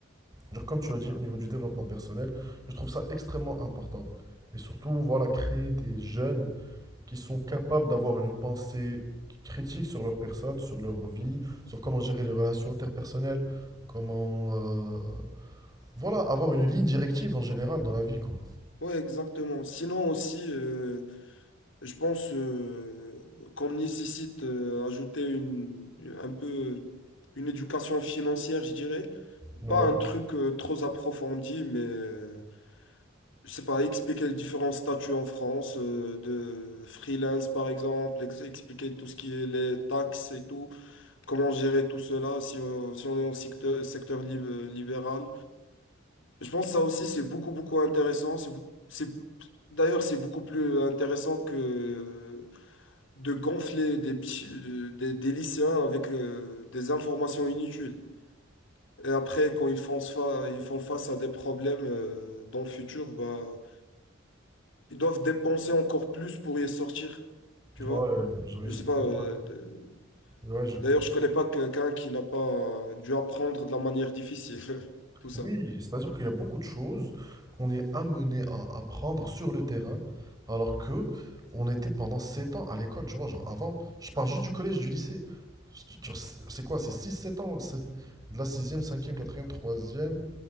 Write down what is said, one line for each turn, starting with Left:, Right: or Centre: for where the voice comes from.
Right: Genre comme tu as dit, au niveau du développement personnel, je trouve ça extrêmement important. Et surtout, voilà, créer des jeunes qui sont capables d'avoir une pensée critique sur leur personne, sur leur vie, sur comment gérer les relations interpersonnelles, comment... euh, Voilà, avoir une ligne directive en général dans la vie, quoi.
Left: Ouais, exactement. Sinon aussi, euh, je pense euh, qu'on nécessite euh, ajouter une, un peu une éducation financière, je dirais.
Right: Ouais.
Left: Pas un truc euh, trop approfondi, mais euh, je sais pas, expliquer les différents statuts en France euh, de freelance par exemple, ex- expliquer tout ce qui est les taxes et tout, comment gérer tout cela si on, si on est en secteur, secteur lib- euh, libéral. Je pense que ça aussi, c'est beaucoup, beaucoup intéressant. C'est beaucoup, c'est, d'ailleurs, c'est beaucoup plus intéressant que de gonfler des, petits- de- des, des lycéens avec euh, des informations inutiles. Et après, quand ils font, fa- ils font face à des problèmes euh, dans le futur, bah, ils doivent dépenser encore plus pour y sortir. Tu vois?
Right: Ouais, je, ils
Left: Je sais pas.
Right: ont
Left: euh,
Right: pas-
Left: de-
Right: ouais, je comprends.
Left: D'ailleurs, je connais pas quelqu'un qui n'a pas dû apprendre de la manière difficile. <laughs> Tout ça.
Right: Oui, c'est-à-dire qu'il y a beaucoup de choses qu'on est amené à apprendre sur le terrain, alors que on était pendant 7 ans à l'école, tu vois, genre avant, je pars juste du collège, du lycée. Je- genre, C'est c'est quoi? C'est six, sept ans, c'est de la sixième, cinquième, quatrième, troisième,